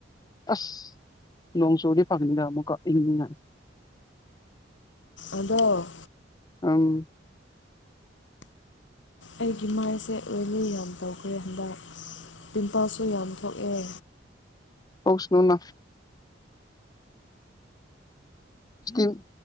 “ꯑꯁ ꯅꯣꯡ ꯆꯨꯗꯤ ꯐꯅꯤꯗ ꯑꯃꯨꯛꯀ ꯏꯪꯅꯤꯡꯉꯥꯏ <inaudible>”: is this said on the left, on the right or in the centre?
Left